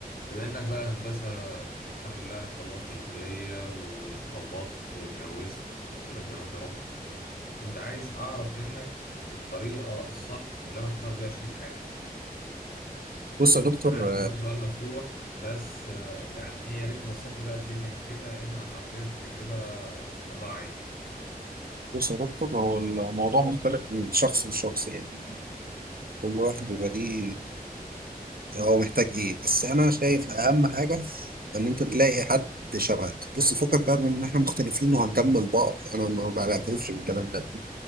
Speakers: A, on the left; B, on the right.
A: بما انك بقى هندسة الحمد لله انا خلصت الكلية وارتبطت واتجوزت ربنا يكرمك يا رب كنت عايز اعرف منك الطريقة الصح اللي انا اختار بيها شريك حياتي
B: بص يا دكتور
A: انا عارف ان هو سؤال مفتوح بس آه، يعني ايه يا ريت تبسط لي بقى الدنيا كده لان انا حرفيا في تجربة مطلعة عيني
B: بص يا دكتور هو الموضوع مختلف من شخص لشخص يعني كل واحد
A: تمام
B: بيبقى ليه هو محتاج ايه بس انا شايف اهم حاجه ان انت تلاقي حد شبهك بص فكك بقى من ان احنا مختلفين وهنكمل بعض انا ما بعترفش بالكلام ده